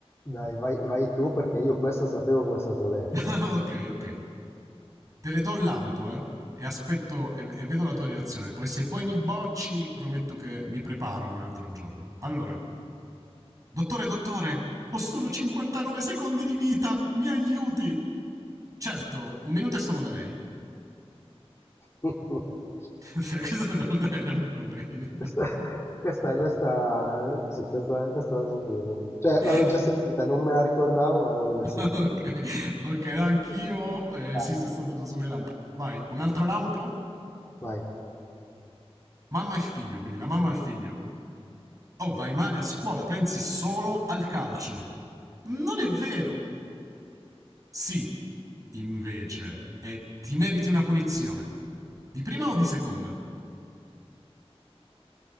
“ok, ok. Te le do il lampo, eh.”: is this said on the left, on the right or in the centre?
Right